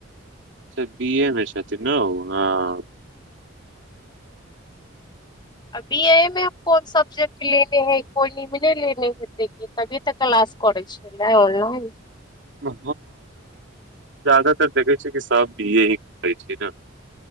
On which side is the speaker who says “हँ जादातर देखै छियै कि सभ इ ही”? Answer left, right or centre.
Right